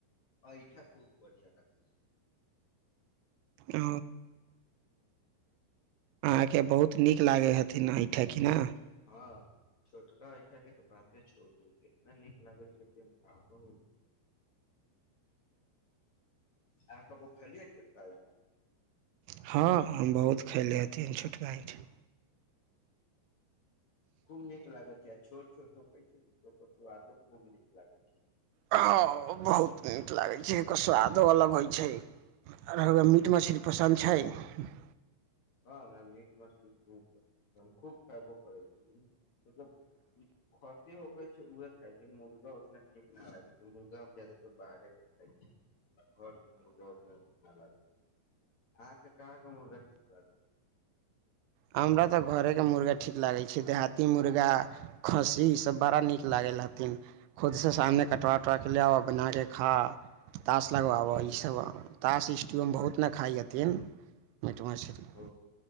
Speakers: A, on the left; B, on the right.
A: अ इऐठा खूब बढ़आ लागे छै।
B: ओ। अहाँके बहुत नीक लागै हथिन एहिठक न।
A: छै हँ, छोटका ऐठ के तऽ बाते छोड़ द इतना नीक लागै छै कि हम का कहूँ, अहा कबो खईली ही छोटका ऐठ।
B: हँ, हम बहुत खयले हथिन छोटका एठन।
A: खूब नीक लागे छै आ छोट छोट छोक छै ओकर स्वादे खूब नीक लागे छै।
B: हँ, बहुत नीक लागै छै ओकर स्वादो अलग होइ छै। अर ह
A: छै
B: मीट मछली पसन्द छै। <unintelligible>
A: हँ न मिट मछली खूब हम खूब खायबो करै छी मतलब कति कहै छै उहे खाइ छै, मुर्गा उतना नीक न लागे छै, मुर्गा हम जादातर बाहरे के खाइ छी। घर के मुर्गा उतना निक नई लगे, अहाँके कहाँ के मुर्गा ठीक लागी छै।
B: हमरा तऽ घरेके मुर्गा ठीक लागै छै, देहाती मुर्गा खस्सी इसभ बड़ा नीक लागै हथिन, खुदसँ सामने कटु उटु कऽ लाउ आ बना कऽ खाउ। तास लगबाबऽ
A: छै
B: ई सब तास इ ट्यमे बहुत नखाइ हथिन मिट मछली।
A: हुं